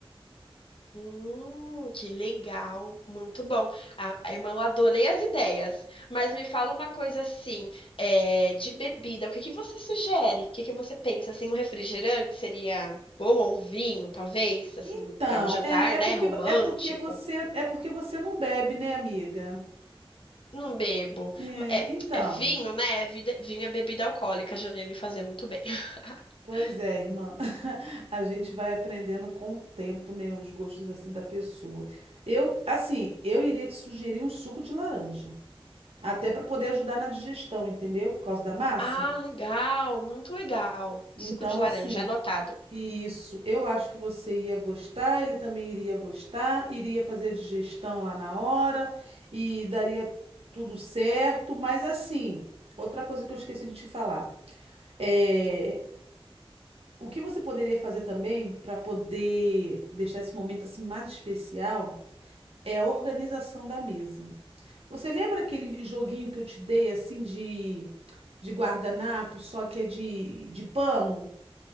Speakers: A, on the left; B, on the right.
A: Hum, que legal. Muito bom. A, a irmã, eu adorei as ideias. Mas me fala uma coisa assim, é, de bebida. O que que você sugere? O que que você pensa? Assim, um refrigerante seria bom ou um vinho, talvez? Assim,
B: Então,
A: para um jantar,
B: é, é
A: né?
B: porque
A: Romântico.
B: é porque você é porque você não bebe, né, amiga?
A: Não bebo.
B: É,
A: Ma- É,
B: então.
A: é vinho, né? É vida- Vinho é bebida alcoólica, já não ia me fazer muito bem. <laughs>
B: Pois é, irmã. <laughs> A gente vai aprendendo com o tempo, né, os gostos assim da pessoa. Eu, assim, eu iria te sugerir um suco de laranja, até para poder ajudar na digestão, entendeu? Por causa da massa.
A: Ah, legal, muito legal.
B: Então,
A: Suco de laranja,
B: assim,
A: anotado.
B: isso, eu acho que você ia gostar, ele também iria gostar, iria fazer a digestão lá na hora e daria tudo certo, mas assim, outra coisa que eu esqueci de te falar. eh, O que você poderia fazer também para poder deixar esse momento assim mais especial é a organização da mesa. Você lembra aquele joguinho que eu te dei assim de, de guardanapo, só que é de, de pano?